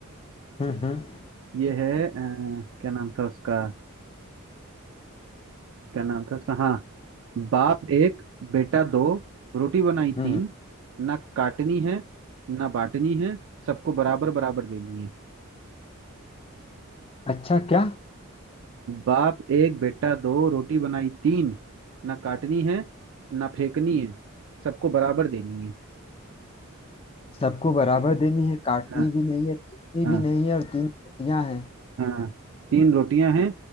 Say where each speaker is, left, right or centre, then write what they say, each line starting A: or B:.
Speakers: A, on the left; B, on the right.
A: हम्म हम्म
B: ये है अ, क्या नाम था उसका क्या नाम था उसका हाँ बाप एक बेटा दो रोटी बनाई
A: हम्म।
B: तीन ना काटनी है ना बांटनी है सबको बराबर बराबर देनी है
A: अच्छा क्या
B: बाप एक बेटा दो रोटी बनाई तीन ना काटनी है ना फेंकनी है सबको बराबर देनी है
A: सबको बराबर देनी है काटनी
B: हाँ
A: भी नहीं है पीटनी
B: हाँ
A: भी नहीं है और तीन रोटियां हैं
B: हाँ तीन रोटियां हैं